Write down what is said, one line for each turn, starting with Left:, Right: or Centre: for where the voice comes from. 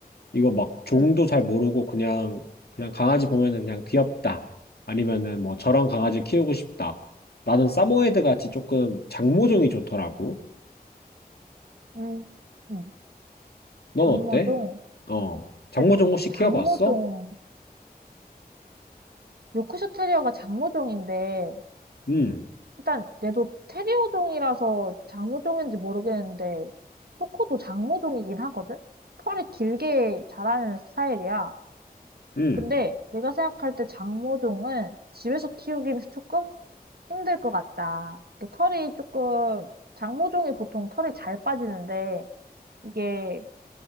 Left: 이거 막 종도
Right: 응.
Left: 잘 모르고 그냥 그냥 강아지 보면은 그냥 귀엽다. 아니면은 뭐 저런 강아지 키우고 싶다. 나는 사모예드 같이 조금 장모종이 좋더라고.
Right: 음, 음,
Left: 넌
Right: 장모종.
Left: 어때? 어. 장모종
Right: 근데
Left: 혹시
Right: 장모종
Left: 키워봤어?
Right: 요크셔 테리어가 장모종인데,
Left: 음.
Right: 일단 얘도 테리어종이라서 장모종인지 모르겠는데, 코코도 장모종이긴 하거든? 털이 길게 자라는 스타일이야.
Left: 음.
Right: 근데 내가 생각할 때 장모종은 집에서 키우기는 조금 힘들 것 같다. 그 털이 조금, 장모종이 보통 털이 잘 빠지는데, 이게